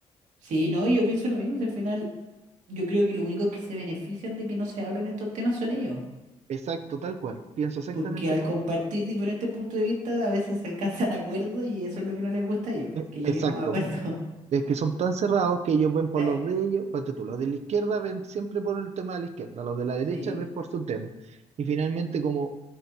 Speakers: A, on the right; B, on the right.
A: sí, no, yo pienso lo mismo. si Al final, yo creo que los únicos que se benefician de que no se hablen estos temas son ellos,
B: Exacto, tal cual. Pienso exactamente
A: porque al
B: lo
A: compartir
B: mismo.
A: diferentes puntos de vista, a veces se alcanzan <laughs> acuerdos y eso es lo que no les gusta a ellos,
B: E-
A: que lleguemos
B: Exacto.
A: a acuerdos. <laughs>
B: Es que son tan cerrados que ellos ven por
A: Sí,
B: los de ellos, ponte tú, los de la izquierda ven siempre por el tema de la izquierda, los de la derecha
A: sí,
B: ven por su tema. Y finalmente, como